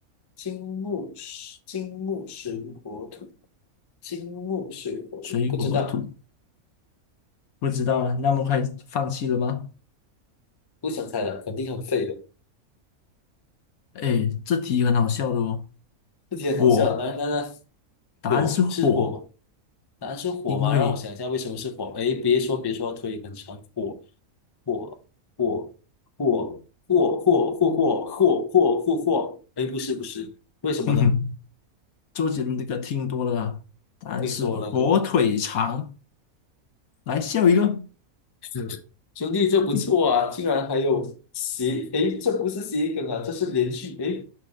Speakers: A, on the left (about 25°); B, on the left (about 80°).
A: 金木水，金木水火土，金木水火土，
B: 水火土，
A: 不知道，
B: 不知道啊，那么快放弃了吗？
A: 不想猜了，肯定很废的。
B: 哎，这题很好笑的哦。
A: 这题很好笑。
B: 火，
A: 来来来，
B: 答案是火。
A: 火是火吗？答案是火吗？
B: 因为
A: 让我想一下，为什么是火？哎，别说别说，腿很长，火火火火火火火火火火火火。哎，不是不是，为什么呢？
B: 哼哼，<laughs> 周杰伦的歌听多了啊，答案是火腿肠。
A: 听多了就
B: 来笑一个，
A: <laughs> 兄弟，这不错啊，
B: <laughs>
A: 竟然还有谐，哎，这不是谐音梗啊，这是连续，哎，